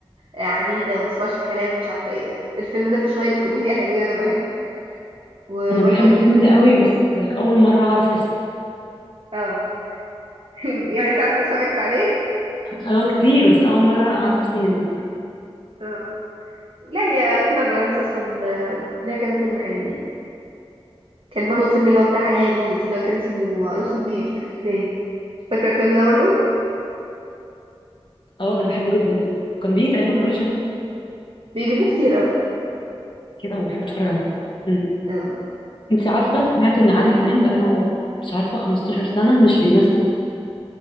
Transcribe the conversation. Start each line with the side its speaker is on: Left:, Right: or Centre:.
Right: عنيدة ومبتسمعش الكلام مش عارفة ايه الفيلم ده فيه شوية كوميديا حلوين أنا بحبه وبرضه
Left: انا بحب الفيلم
Right: في
Left: ده قوي بس اول مره اعرف اسمه
Right: اه <laughs> يعني انت عارفة اتفرجت عليه
Left: هو كتير بس اول مره اعرف اسمه مني
Right: اه لا هي لبنى عبد العزيز أصلا آه، ليها كذا فيلم حلوين كان برضه الفيلم اللي هو بتاع هاميس اللي هو كان اسمه عروس النيل <laughs> باين فاكرة الفيلم ده برضه؟
Left: اه ده انا بحبه جدا ده كان بيجي تقريبا
Right: مم.
Left: كل شهر
Right: بيجيبوه كتير اه
Left: كده وبحب اتفرج عليه مم.
Right: اه
Left: انتي عارفه سمعت ان عادل امام بقاله مش عارفه 15 سنه مش بيمثل